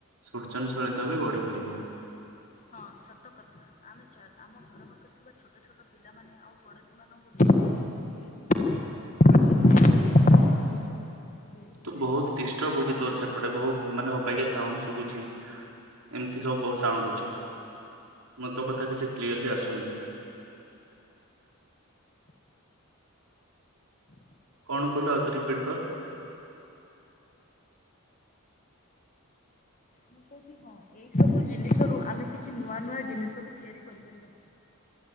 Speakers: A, on the right; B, on the left.
A: ସୃଜନଶଳିତ ବି ବଢି ପାରିବ।
B: ହଁ ସତ କଥା ଆମେ ଚାଲ ଆମ ଘର ପାଖରେ ଥିବା ଛୋଟ ଛୋଟ ପିଲାମାନେ ଆଉ ପଡୋଶୀ ମାନଙ୍କୁ ନେଇି ଏଇ ବ୍ୟବହାର କରୁଥିବାଥିବା କିଛି ନୂଆ ଜିନିଷ ବ୍ୟବହାର ତିଆରି କରିବା।
A: ତୁ ବହୁତ ଡିଷ୍ଟର୍ବ ହଉଚ ତୋର ସେପଟେ ବହୁତ ମାନେ ଅବାଗିଆ ସାଉଣ୍ଡ ସୁବୁଚି। ଏମିତି ସବୁ ବହୁତ ସାଉଣ୍ଡ ହଉଛି। ମୁଁ ତ କଥା କିଛି କ୍ଲିୟରଲି ଆସୁନି। କଣ କହିଲୁ ଆଉ ତ ରିପିଟ୍ କର।
B: ମୁଁ କହୁଛି ହଁ ଏଇ ସବୁ ଜିନିଷ ରୁ ଆମେ କିଛି ନୂଆ ନୂଆ ଜିନିଷ ବି ତିଆରି କରିପାରିବା।